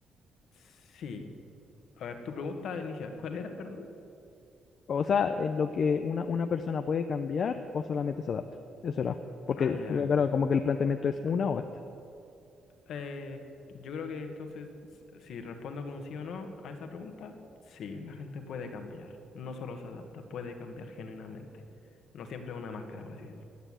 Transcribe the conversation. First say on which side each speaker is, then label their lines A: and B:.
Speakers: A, on the left (about 75°); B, on the left (about 55°).
A: Sí. A ver, tu pregunta inicial, ¿cuál era, perdón?
B: O sea, eh, lo que una, una persona puede cambiar o solamente se adapta. Eso era. Porque,
A: Ah, ya.
B: claro, como que el planteamiento es una o esta.
A: Eh, yo creo que entonces, si si respondo con un sí o no a esa pregunta, sí, la gente puede cambiar. No solo se adapta, puede cambiar genuinamente. No siempre es una máscara, por así decirlo.